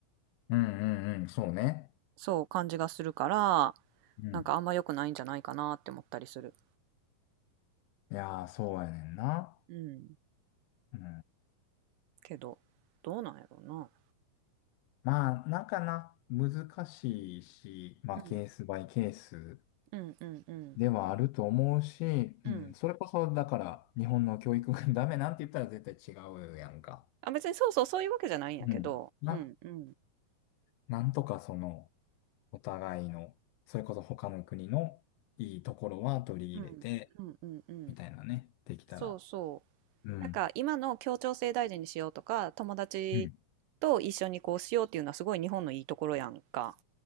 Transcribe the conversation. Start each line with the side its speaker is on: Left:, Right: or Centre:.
Left: うん。うん。うん。そうね。
Right: そう感じがするから、
Left: うん。
Right: なんかあんま良くないんじゃないかなって思ったりする。
Left: いやー、そうやねんな。
Right: うん。
Left: うん。
Right: けど、どうなんやろうな。
Left: まあ、なんかな、難しいし、まあ、
Right: うん。
Left: ケースバイケース
Right: うんうんうん
Left: ではあると思うし、
Right: うん。
Left: うん、それこそ、だから、日本の教育が <laughs> ダメなんて言ったら絶対違うやんか。
Right: あ、別にそうそうそういうわけじゃないんやけど、
Left: うん。な、
Right: うんうん
Left: なんとかその、お互いの、それこそ他の国のいいところは取り入れて、
Right: うんうんうんうん。
Left: みたいなね、できたら。
Right: そうそ
Left: うん。
Right: う。なんか今の協調性大事にしようとか、友達と一緒にこうしようっていうのはすごい日本のいいところやんか。
Left: うん。